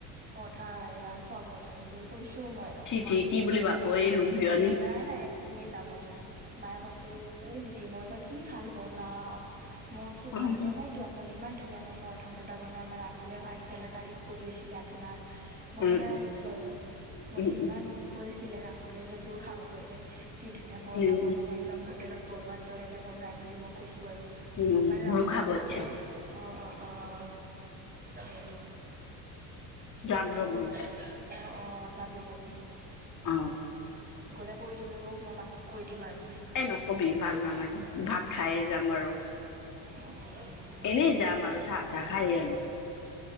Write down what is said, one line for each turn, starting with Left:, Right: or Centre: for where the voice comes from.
Right: পৰঠা এইয়া খোৱা - বোৱা টাইম কৈছোঁ মই। তাক
Left: চি - চি কি বুলি ভাব এ লুভিয়নি
Right: এ নাই নাই একো বুলি নাভাবে, মায়ে কয়ছে এই কয় নেকি মই এইবাৰ কি ভাল বনাওঁ মই ওচো
Left: উম
Right: ভাল পোৱা নাইতো আ আপুনি ইমান ধুনীয়াকৈ পৰঠা - চৰঠা বনায় আমাৰ আহুলও আহি পেলাই তাৰিফ কৰি আছিলে আপোনাৰ। মই
Left: উম
Right: সেনে কৈছোঁ আৰু মইছে
Left: উম
Right: ইমান কৈ আছিলে ৰাহুলে যে তোৰ শাহুৱেৰে কি ধুনীয়া পৰঠা
Left: উম
Right: বনাই একদম হোটেলত বনুৱাৰ দৰেকে বনাই বুলি মই কৈছো আৰু
Left: উম
Right: মানে
Left: মোৰো
Right: ৰাহুলে
Left: খাব
Right: কৈছে
Left: ইচ্ছা
Right: অ অ অ অ সেইটো।
Left: যাম
Right: মানু্হ
Left: ৰ মই
Right: অ অ যাবি যাবি অ।
Left: অ
Right: গ'লে কৈ দিবি মোক মই মাকক কৈ দিম আৰু।
Left: এ নকবি ভাল নালাগে, ভাত খাইয়ে যাম আৰু।
Right: হ'ব
Left: এনেই যাম আৰু চাহ - তাহ খাই আহিম।